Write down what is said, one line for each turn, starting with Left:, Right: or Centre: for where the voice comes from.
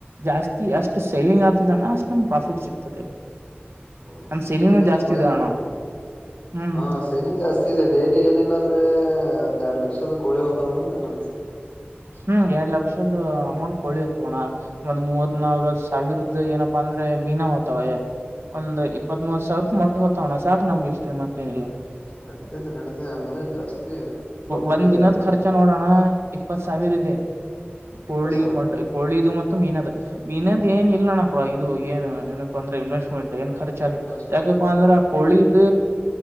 Right: ಜಾಸ್ತಿ ಅಷ್ಟು ಸೇಲಿಂಗ್ ಆದತದಣ ಅಷ್ಟ ನಮ ಪ್ರಾಫಿಟ್ ಸಿಗ್ತದೆ
Left: ಹೌದಾ
Right: ನಮ್ ಸೇಲಿಂಗ್ನು
Left: ಅದೆಲ್ಲ
Right: ಜಾಸ್ತಿ
Left: ಚೊಲೋ ಆಯ್ತಪ್ಪ
Right: ಇದೆ ಅಣ್ಣ
Left: ನ್
Right: ಹ್ಮ್
Left: ಹಾ ಸನಿಂಗ್ ಜಾಸ್ತಿ ಇದೆ ಡೈಲಿ ಏನಿಲ್ಲ ಅಂದ್ರೆ ಒಂದ್ ಎರಡು ಲಕ್ಷದ ಗೋಳ ಹೊತ ಆನಂದ ಆನಂದ
Right: ಹ್ಮ್ ಎರಡ್ ಲಕ್ಷದ ಅಮೌಂಟ್ ಕೊಳಿಯತ್ೋಣ ಒಂದ್ ಮೂವತ್ ನಲ್ವತ್ ಸಾವಿರದ ಏನಪ್ಪ ಅಂದ ಅಂದ್ರೆ ಮೀನ ಹೋ್ತವೇ ಒಂದ್ ಇಪ್ಪತ್ ಮೂವರ್ ಸಾವಿರದ ಮೊಟ್ಟೆ ಹೋ್ತವಣ ಸಾಕ ನಮ್ ಇಷ್ಟೇ ಮತ್ತ ೇನಿಲ್ಲ
Left: ನಡತತೆ ನಡತ ಹಂಗಂದ್ರೆ ಜಾಸ್ತಿ ಪ್ರಾಫಿಟ್
Right: ಒಂದ್
Left: ಇದೆ
Right: ದಿನದ
Left: ಎಲ್ಲ
Right: ಖರ್ಚ ನೋಡೋಣ ಇಪ್ಪತ್ ಸಾವಿರ ಇದೆ ಕೋಳಿ
Left: ಇಪ್ಪತ್ ಸಾವಿರ
Right: ಮೊ
Left: ರೂಪಾಯಿ
Right: ಕೋಳಿ ಇದು ಮತ್ತು ಮೀನದು ಮೀನ ಇ ಏ ಇಲ್ಲಣಪ್ಪ ಇದು ಏನು ಏನಪ್ಪ ಅಂದ್ರೆ ಇನ್ವೆಸ್ಟ್ಮೆಂಟ್ ಏನ್ ಖರ್ಚ ಅ
Left: ಇನ್ವೆಸ್ಟ್ಮೆಂಟ್
Right: ಯಾಕಪ್ಪಾ ಅಂದ್ರ
Left: ಖರ್ಚು
Right: ಕೊಳಿದ